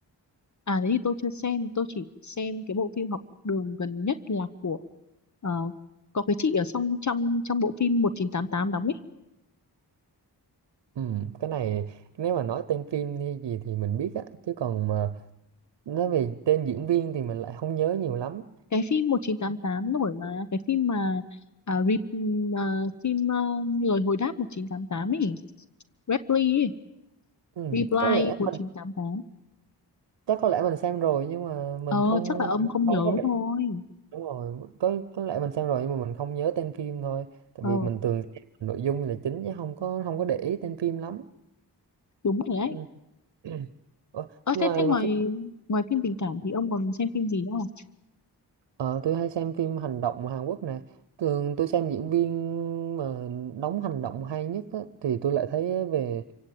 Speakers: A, on the left; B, on the right.
A: À thế thì tôi chưa xem, tôi chỉ xem cái bộ phim học đường gần nhất là của ờ, có cái chị ở trong trong trong bộ phim một chín tám tám đóng ấy.
B: ừ, cái này nếu mà nói tên phim hay gì thì mình biết á chứ còn mà nói về tên diễn viên thì mình lại không nhớ nhiều lắm
A: Cái phim một chín tám tám nổi mà, cái phim mà à, re, à, phim ờ, lời hồi đáp một chín tám tám ấy, Reply ấy,
B: Ừ,
A: Reply
B: có lẽ
A: một chín
B: mình
A: tám tám.
B: chắc có lẽ mình xem rồi nhưng mà mình
A: Ờ
B: không
A: chắc là ông không
B: không
A: nhớ
B: có để
A: thôi.
B: đúng rồi có có lẽ mình xem rồi nhưng mà mình không nhớ tên phim thôi tại
A: Ờ
B: vì mình thường xem nội dung là chính chứ không có không có để ý tên phim lắm
A: đúng rồi đấy.
B: ừ. <clears throat> Ủa,
A: Ờ
B: ngoài
A: thế thế ngoài
B: mà phim
A: ngoài phim tình cảm thì ông còn xem phim gì nữa không?
B: ờ, tôi hay xem phim hành động Hàn Quốc nè thường tôi xem diễn viên mà đóng hành động hay nhất á, thì tôi lại thấy về